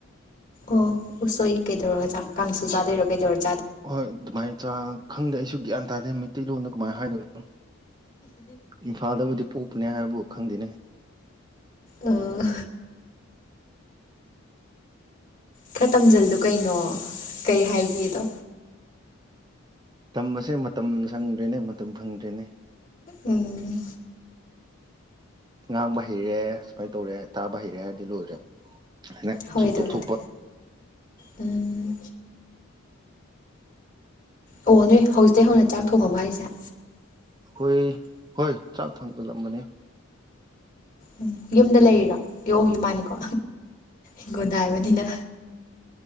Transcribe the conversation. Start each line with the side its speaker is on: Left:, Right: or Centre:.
Left: ꯑꯣ ꯎꯁꯣꯏ ꯀꯩꯗꯧꯔꯒ ꯀꯥꯡꯁꯨ ꯆꯥꯗꯣꯏꯔꯣ ꯀꯩꯗꯧꯔꯦ
Right: ꯍꯣꯏ ꯑꯗꯨꯃꯥꯏꯅ ꯈꯪꯗꯦ ꯑꯩꯁꯨ ꯒ꯭ꯌꯥꯟ ꯇꯥꯗꯦ ꯃꯩꯇꯩꯂꯣꯟꯗ ꯀꯃꯥꯏꯅ ꯍꯥꯏꯗꯣꯏꯅꯣ ꯏꯝꯐꯥꯜꯗꯕꯨꯗꯤ ꯄꯣꯛꯄꯅꯦ ꯍꯥꯏꯕꯕꯨ ꯈꯪꯗꯦꯅꯦ
Left: ꯑꯣ ꯈꯔ ꯇꯝꯁꯤꯜꯗꯨꯣ ꯀꯩꯅꯣ ꯀꯩ ꯍꯥꯏꯒꯦꯗꯣ
Right: ꯇꯝꯕꯁꯦ ꯃꯇꯝ ꯁꯪꯗ꯭ꯔꯦꯅꯦ ꯃꯇꯝ ꯐꯪꯗ꯭ꯔꯦꯅꯦ
Left: ꯎꯝ
Right: ꯉꯥꯡꯕ ꯍꯩꯔꯦ ꯁꯨꯃꯥꯏꯅ ꯇꯧꯔꯦ ꯇꯥꯕ ꯍꯩꯔꯦ ꯍꯥꯏꯔꯗꯤ ꯂꯣꯏꯔꯦ ꯍꯥꯏꯅ
Left: ꯍꯣꯏ
Right: ꯁꯨꯝ
Left: ꯑꯗꯨꯕꯨꯗꯤ
Right: ꯇꯧꯊꯣꯛꯄ
Left: ꯎꯝ ꯑꯣ ꯅꯣꯏ ꯍꯧꯖꯤꯛꯇꯇꯩ ꯍꯧꯅ ꯆꯥꯛ ꯊꯣꯡꯉꯕ ꯍꯥꯏꯁꯦ
Right: ꯑꯩꯈꯣꯏ ꯍꯣꯏ ꯆ꯭ꯔꯥꯛ ꯊꯪꯕ ꯂꯝꯝꯕꯅꯤ
Left: ꯎꯝ ꯌꯨꯝꯗ ꯂꯩꯔꯤꯔꯣ ꯌꯣ ꯏ ꯃꯥꯅꯤꯀꯣ ꯍꯤꯡꯒꯣꯟꯜꯗ ꯍꯥꯏꯕꯅꯤꯅ